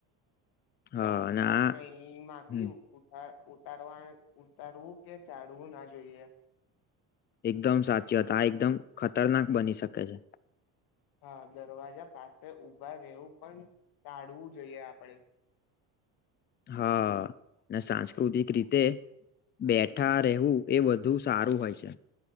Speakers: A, on the left (about 30°); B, on the left (about 70°).
A: હા
B: ચાલતા
A: અને આ
B: ટ્રેન માંથી
A: હમ
B: ઉઠા ઉતારવા ઉતારવું કે ચડવું ના જોઈએ.
A: એકદમ સાચી હતા આ એકદમ ખતરનાક બની શકે છે.
B: હા દરવાજા પાસે ઊભા રહેવું પણ ટાળવું જોઈએ આપડે <inaudible>
A: હા ને સાંસ્કૃતિક રીતે બેઠા રહેવું એ વધુ સારું હોય છે.